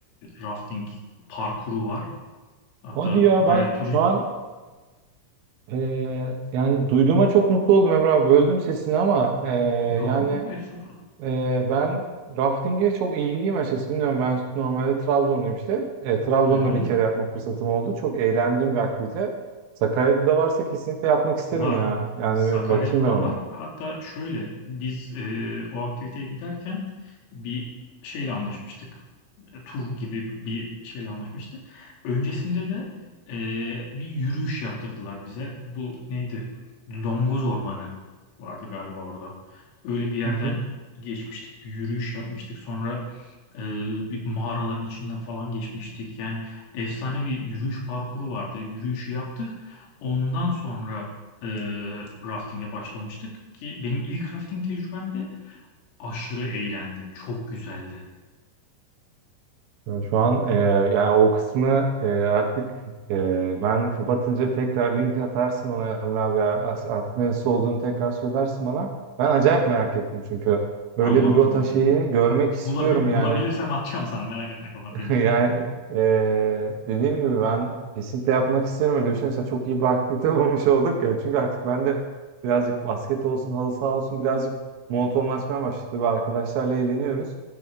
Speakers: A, on the left; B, on the right.
A: rafting parkuru var. Hatta
B: Hadi ya
A: bayağı
B: ben
A: tur
B: şu an e, yani duyduğuma çok mutlu oldum Emre abi. Böldüm sesini ama e,
A: yok
B: yani
A: yok yok estağfurullah.
B: Ee, ben rafting'e çok ilgiliyim açıkçası. Bilmiyorum ben normalde Trabzonluyum işte. Ee, Trabzon'da
A: Hı hı.
B: bir kere yapma fırsatım oldu. Çok eğlendiğim bir aktivite. Sakarya'da da varsa kesinlikle yapmak isterim
A: Var.
B: ya. Yani
A: Sakarya'da
B: bir bakayım
A: da
B: ben ona.
A: var. Hatta şöyle biz e, o aktiviteye giderken bir şeyle anlaşmıştık. E, tur gibi bir şeyle anlaşmıştık. Öncesinde de e, bir yürüyüş yaptırdılar bize. Bu neydi? Longoz Ormanı vardı galiba orada. Öyle bir yerden
B: Hı hı.
A: geçmiştik. Bir yürüyüş yapmıştık. Sonra Ee, bir mağaraların içinden falan geçmiştik. Yani efsane bir yürüyüş parkuru vardı. Yürüyüşü yaptık. Ondan sonra e, rafting'e başlamıştık ki benim ilk rafting tecrübemdi. Aşırı eğlendim. Çok güzeldi.
B: Ya şu an e, yani o kısmı e, artık e, ben kapatınca tekrar link atarsın bana Emre abi. ya. As- Artık neresi olduğunu tekrar söylersin bana. Ben acayip merak ettim çünkü. Böyle
A: Tamam
B: bir rota
A: tamam.
B: şeyini
A: Bu-
B: görmek
A: bulabi-
B: istiyorum
A: bulabilirsem
B: yani.
A: atacağım sana merak etme kapatınca.
B: <laughs> Yani eee, dediğim gibi ben kesinlikle yapmak isterim öyle bir şey. Mesela çok iyi bir aktivite <laughs> bulmuş olduk ya. Çünkü artık ben de birazcık basket olsun, halı saha olsun birazcık monotonlaşmaya başladı. Ve arkadaşlarla eğleniyoruz.